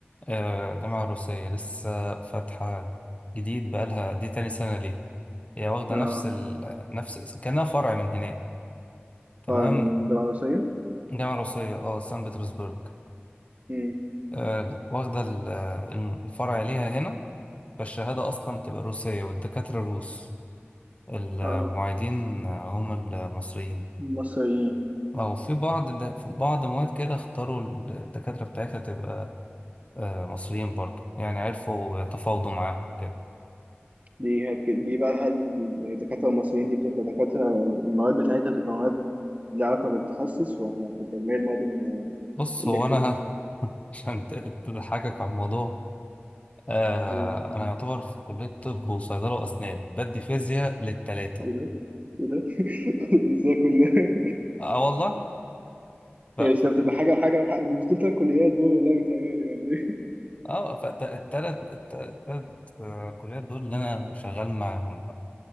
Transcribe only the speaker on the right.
اه
اه من جامعة مصرية؟
مم.
اه
مصريين
دي هك... دي بقى هل يعني الدكاترة المصريين دي بتبقى دكاترة المواد بتاعتها بتبقى مواد ليها علاقة بالتخصص ولا بتبقى اللي هي المواد
الإلكتيف؟
ايه
ده؟ ايه ده؟ <laughs> ازاي كل ده؟ <laughs>
هي مش بتبقى حاجة وحاجة وحاجة دي مش دول تلات كليات دول ولا بيتهيألي ولا